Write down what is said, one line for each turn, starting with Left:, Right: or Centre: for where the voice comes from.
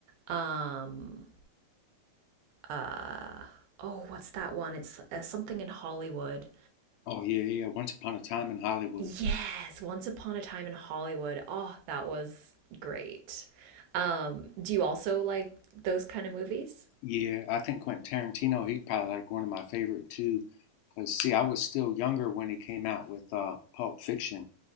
Right: um uh oh what's that one it's uh, something in hollywood
Left: Oh yeah, yeah. Once Upon a Time in Hollywood.
Right: yes once upon a time in hollywood oh that was great um do you also like those kind of movies
Left: Yeah, I think Quentin Tarantino, he's probably like one of my favorite too. Because see, I was still younger when he came out with uh, Pulp Fiction,